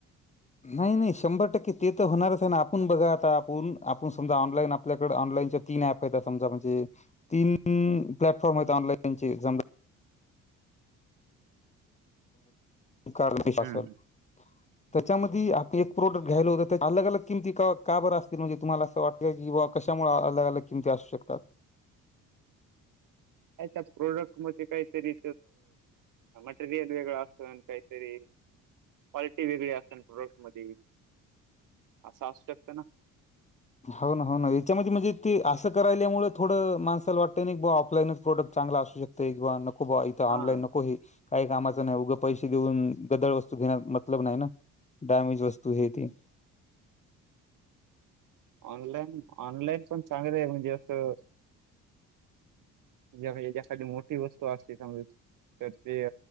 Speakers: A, on the left; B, on the right.
A: नाही नाही शंभर टक्के ते तर होणारच आहे ना आपूण बघा आता आपूण आपूण समजा ऑनलाईन आपल्याकडे ऑनलाईनच्या तीन ॲपत समजा म्हणजे, तीन प्लॅटफॉर्म आहेत ऑनलाइनचे समजा <unintelligible> शासन.
B: हम्म.
A: त्याच्यामध्ये आप एक प्रोडक्ट घ्यायला होतं ते अलग अलग किमती का बरं असती म्हणजे तुम्हाला अस वाट की बा कशामुळे अलग अलग किमती असू शकतात.
B: काय त्या प्रोडक्ट मध्ये काहीतरी मटीरयल वेळ असन कायतरी. क्वालिटी वेगळी असन प्रोडक्ट मध्ये, असं असू शकत ना.
A: हाव ना हाव ना याच्यामध्ये म्हणजे ते असं करायल्यामुळे थोडं माणसाला वाटतं नाही की बा ऑफलाईनच प्रोडक्ट चांगला असू शक त एक बा नको बा इथ ऑनलाईन
B: हा.
A: नको हे. काही कामाचं नाही उगं पैसे देऊन गदळ वस्तू घेण्यात मतलब नाही ना, डॅमेज वस्तू
B: हम्म.
A: हे
B: हम्म.
A: ते.
B: ऑनलाईन ऑनलाईन पण चांगलं आहे म्हणजे असं <unintelligible> यासाठी मो ती वस्तू असते चांगलीच, तर ते,